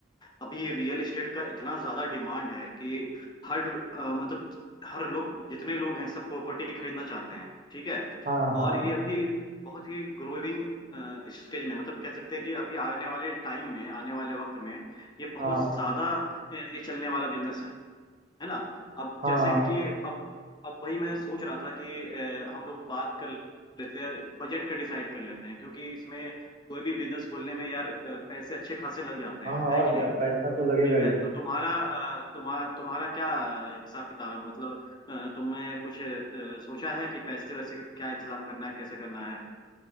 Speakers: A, on the left; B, on the right.
A: अभी ये रियल एस्टेट का इतना ज्यादा डिमांड है कि हर अ, मतलब हर लोग जितने लोग हैं सब प्रॉपर्टी खरीदना चाहते हैं ठीक है
B: हाँ हाँ
A: और ये अभी बहुत ही ग्रोइंग स्टेज में मतलब कह सकते हैं कि अभी आने वाले टाइम में आने वाले वक्त में ये बहुत
B: हाँ
A: ज्यादा अ, ये चलने वाला बिजनेस है है ना अब
B: हाँ
A: जैसे कि अब अब वही मैं सोच रहा था कि अ, हम लोग बात कर लेते हैं बजट का डिसाइड कर लेते हैं क्योंकि इसमें कोई भी बिजनेस खोलने में यार अ, पैसे अच्छे खासे लग जाते
B: हाँ
A: हैं
B: और
A: है कि
B: क्या
A: नहीं
B: पैसा तो लगेगा
A: ठीक
B: ही
A: है तो तुम्हारा अ, तुम्हारा तुम्हारा क्या हिसाब किताब है मतलब अ, तुमने कुछ अ, सोचा है कि पैसे वैसे का क्या इंतजाम करना है कैसे करना है